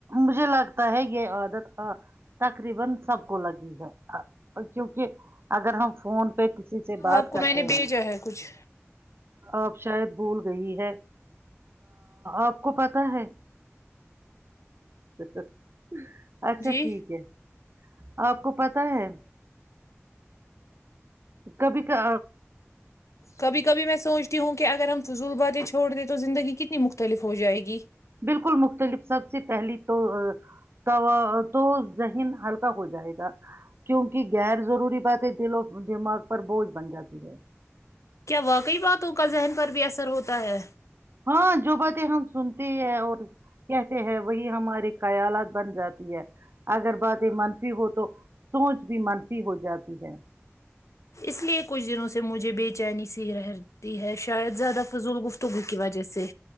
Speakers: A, on the right (about 55°); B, on the left (about 85°).
A: مجھے لگتا ہے کہ عورت تقریبا سب کو لگے گا کیونکہ اگر ہم پہ کسی سے بات
B: آپ کو
A: کرتے
B: میں نے بھیجا
A: ہیں
B: ہے کچھ
A: آپ شاید بھول گئی ہے آپ کو پتا ہے اچ س تو اچھا
B: جی
A: ٹھیک ہے آپ کو پتا ہے کبھی کا
B: کبھی کبھی میں سوچتی ہوں کہ اگر ہم فضول باتیں چھوڑ دے تو زندگی کتنی مختلف ہو جائے گی
A: بالکل مختلف سب سے پہلی تو تو تو ذہن ہلکا ہو جائے گا کیونکہ غیر ضروری باتیں دلوں دماغ پر بوجھ بن جاتی ہے
B: کیا وا کئی باتوں کا ذہن پر بھی اثر ہوتا ہے
A: ہاں جو باتیں ہم سنتے ہیں اور کہتے ہیں وہی ہمارے خیالات بن جاتی ہے اگر باتیں منفی ہو تو سوچ بھی منفی ہو جاتی ہے
B: اس لیے کچھ دنوں سے مجھے بے چینی سی رہتی ہے شاید زیادہ فضول گفتگو کی وجہ سے